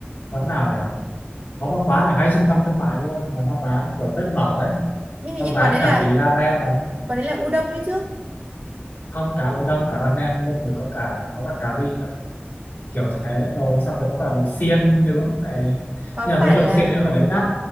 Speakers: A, on the left; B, on the right.
A: quán nào nhỉ có một quán ở ngay trung tâm thương mại luôn mà nó bán kiểu bếp mở ấy
B: nhưng hình
A: nó
B: như
A: bán
B: quán đấy là
A: cả mì ramen này
B: quán đấy là u đông đấy chứ
A: không cả udon cả ramen luôn rồi có cả có cả cà ri nữa kiểu thế đồ xong rồi có cả đồ xiên nướng này
B: có
A: nhưng mà
B: phải
A: mấy đồ
B: là
A: xiên nướng ở đấy đắt